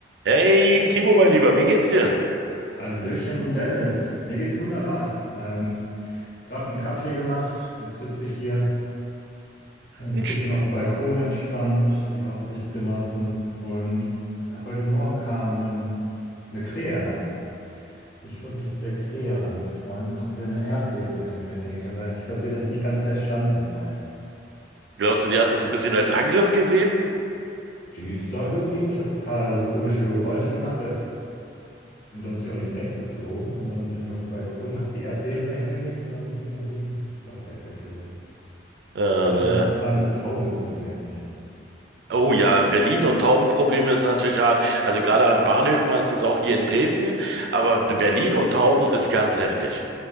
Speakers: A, on the right; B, on the left.
A: Hey, Timo, mein Lieber, wie geht's dir?
B: Hallöchen, Dennis. Mir geht's wunderbar. Ähm, gerade einen Kaffee gemacht. Jetzt sitze ich hier äh, ein
A: Mensch,
B: bisschen auf dem Balkon entspannt, die Aussicht genossen. Und heute Morgen kam nen- eine Krähe an. Ich wollte mich mit der Krähe anfreunden, hab dir eine Erdbeere dahingelegt, aber ich glaube, die hat das nicht ganz verstanden, leider.
A: glaubst du, die hat das ein bisschen als Angriff gesehen?
B: Die ist da geblieben. Ich habe ein paar so komische Geräusche gemacht äh, und dann ist sie auch nicht weggeflogen. Und dann bin ich auf dem Balkon, habe die Erdbeere dahingelegt und dann ist sie irgendwie doch weggeflogen.
A: Äh,
B: Ich
A: naja.
B: habe ein kleines Taubenproblem hier.
A: Oh ja, Berlin und Taubenprobleme ist natürlich hart. Also gerade an Bahnhöfen hast du es auch hier in Dresden, aber Berlin und Tauben ist ganz heftig.